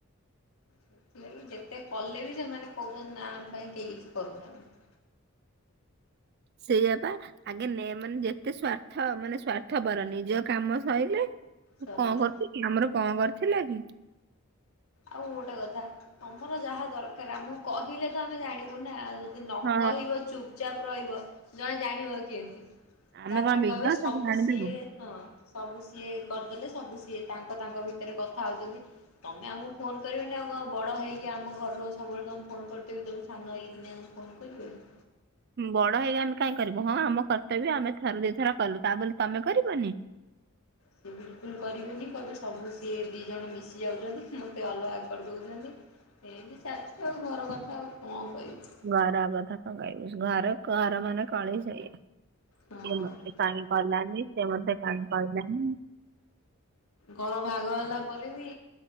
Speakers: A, on the left (about 80°); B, on the right (about 50°).
A: ସେଥିଲାଗି ଯେତେ କଲେ ବି ସେମାନେ କହୁଚନ୍ତି ନା ଆମ ପାଇଁ କେହି କିଛି କରୁନାହାଁନ୍ତି।
B: ସେୟା ପା ଆଗେ ନେ ମାନେ ଯେତେ ସ୍ଵାର୍ଥ ମାନେ ସ୍ଵାର୍ଥପର ନିଜ କାମ ସଇଲେ ତୁ
A: ସରିଲା।
B: କଣ କରୁଚୁ କି ଆମର କଣ କରିଥିଲେ କି?
A: ଆଉ ଗୋଟେ କଥା ତମର ଯାହା ଦରକାର ଆମକୁ କହିଲେ ତ ଆମେ ଜାଣିବୁ ନା ଆଉ ଯ ନ
B: ହଁ
A: କହିବ ଚୁପଚାପ୍ ରହିବ ଜଣେ ଜାଣିବ କେମତି?
B: ଆମେ
A: ତାପରେ
B: କଣ ବିଜ୍ଞ
A: କହିବ ସବୁ
B: ଜାଣିଦେବୁ।
A: ସିଏ ହଁ ସବୁ ସିଏ କରିଦେଲେ ସବୁ ସିଏ ତାଙ୍କ ତାଙ୍କ ଭିତରେ କଥା ହଉଛନ୍ତି ତମେ ଆମ ଫୋନ୍ କରିବେନି ଆଉ କଣ ବଡ଼ ହେଇକି ଆମ ଘର ଲୋକ ସବୁବେଳେ ତମକୁ ଫୋନ୍ କରୁଥିବେ ତମେ ସାନ ହେଇକି ଦିନେ ଆଉ ଫୋନ୍ କରିବେନି?
B: ବଡ ହେଇକି ଆମେ କାଇଁ କରିବୁ ହଁ ଆମ କର୍ତ୍ତବ୍ୟ ଆମେ ଥରେ ଦିଥର କଲୁ ତା ବୋଲି ତମେ କରିବନି?
A: ସେ ବିଲକୁଲ୍ କରିବେନି କହିବେ ସବୁ ସିଏ ଦିଜଣ ମିଶି ଯାଉଛନ୍ତି ମୋତେ ଅଲଗା କରି ଦଉଚନ୍ତି। ଏମତି ଚାଲିଛି ଆଉ ଘର କଥା ଆଉ କଣ କହିବି?
B: ଘର କଥା କଣ କହିବୁ ଘର ଘର ମାନ କଳି ସେୟା। ସେ
A: ହଁ।
B: ମତେ କାଇଁ କଲାନି ସେ ମତେ କାଇଁ କହିଲାନି?
A: ଘର ଭାଗ ହେଲା ପରେ ବି